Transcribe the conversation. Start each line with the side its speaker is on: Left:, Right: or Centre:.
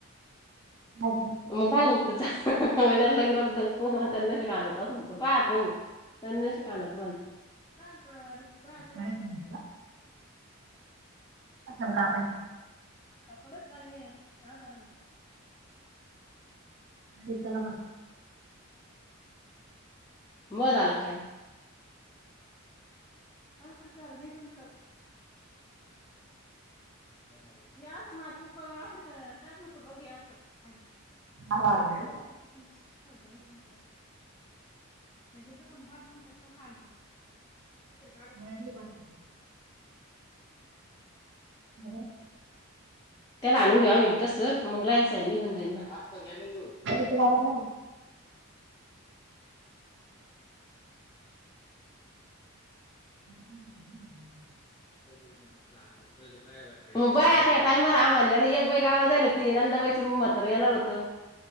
Right: नायकी.
Left: <unintelligible> तणनाशक आणायचं म्हणत. हा बर बा.
Right: काय सांगितलं सां का आपण
Left: कापडत का यादार नी.
Right: घेतला बान.
Left: मज अल काय? तंच झालं नाही तुमचं. ं म ती उकर अस टकन फठव घतं. आणि <unintelligible>
Right: चार वाजलं
Left: गुड बण पासल् का?
Right: गळ्यातली पाहत होता. मदर
Left: त्याला आणून घ्यावा मी तसं मग राहायचाल निघून जाईन ना. आठघ आणि दोन.
Right: इथबर ना. <unintelligible>
Left: <unintelligible> मग बाय आता या टायमवर आम आणले. आणि एक बाई गावाला झाली होती. नंदबाईचं मातर येणार होतं.